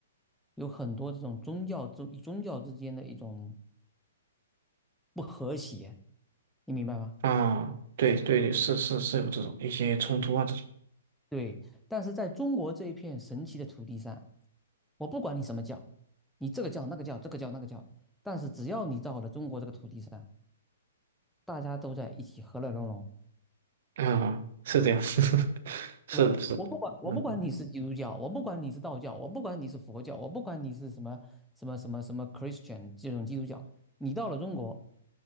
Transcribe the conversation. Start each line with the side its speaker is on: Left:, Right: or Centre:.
Centre: 有很多这种宗教宗宗教之间的一种不和谐，你明白吗？
Right: 啊，对对对，是是是有这种一些冲突啊这种
Centre: 对，但是在中国这一片神奇的土地上，我不管你什么教，你这个教那个教，这个教那个教，但是只要你到了中国这个土地上，大家都在一起和乐融融。
Right: 啊，是这样，<laughs> 是的，
Centre: 是吧？
Right: 是的，
Centre: 我不管，我不管你是基督教，
Right: 嗯
Centre: 我不管你是道教，我不管你是佛教，我不管你是什么什么什么什么 Christian 这种基督教，你到了中国，